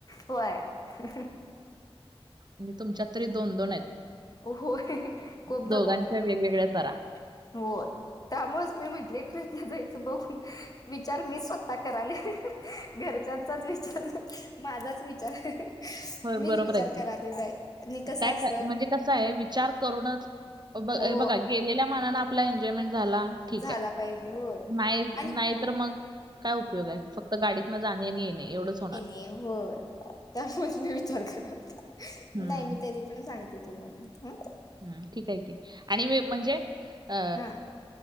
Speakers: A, on the left; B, on the right.
A: कय आहे
B: आणि तुमच्यात तरी दोन दोन आहेत
A: होय खूप
B: दोघांच्या
A: दमवतोय हा
B: वेगवेगळ्या
A: त्या
B: तरा.
A: होय त्यामुळेच मी म्हटले ट्रिपपला जायचं बघून विचार मी स्वतः करायले नाही घरच्यांचाच विचार नाही माझाच विचार आहे
B: होय,
A: मीच
B: बरोबर
A: विचार
B: आहे की.
A: करायले जा आहे आणि कसं
B: काय
A: असत
B: क- म्हणजे कसं आहे विचार करूनच
A: हो
B: बघा गेलेल्या मनान आपला एन्जॉयमेंट झाला ठीक
A: झाला
B: आहे
A: पाहिजे होय
B: नाही
A: आणि
B: नाही तर मग काय उपयोग आहे फक्त गाडीतन जाणे आणि येणे एवढंच होणार
A: हो त्यामुळेच मी विचार करत
B: हम्म
A: नाही मी तरी पण सांगते तुम्हाला ह
B: हम् ठीक आहे की आणि म्हणजे अ
A: हा